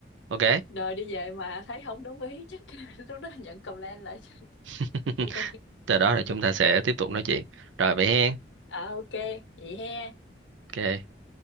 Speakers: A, on the right (about 85°); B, on the left (about 75°).
A: ok
B: rồi đi về mà thấy không đúng ý chắc <laughs> lúc đó nhận comment lại cho,
A: <laughs>
B: cho tôi
A: từ đó là chúng ta sẽ tiếp tục nói chuyện rồi vậy hen
B: à, ok vậy he
A: ok